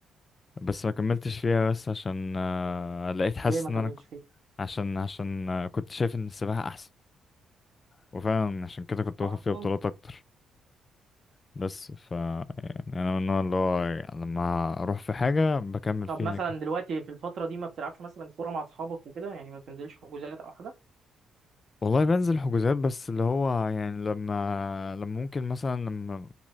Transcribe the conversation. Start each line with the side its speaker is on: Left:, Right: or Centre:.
Left: بس ما كملتش فيها بس عشان آه، لقيت حاسس
Right: ليه ما
Left: ان
Right: كملتش
Left: انا ك-
Right: فيه
Left: عشان عشان آه، كنت شايف ان السباحه احسن وفعلا عشان كده كنت واخد
Right: اه
Left: فيها
Right: اصلا
Left: بطولات اكتر بس ف يعني انا من النوع اللي هو لما اروح في حاجه بكمل
Right: طب
Left: فيها
Right: مثلا
Left: كده
Right: دلوقتي في الفتره دي ما بتلعبش مثلا كوره مع اصحابك وكده يعني ما بتنزلش حجوزات او حاجه
Left: والله بنزل حجوزات بس اللي هو يعني لما لما ممكن مثلا لما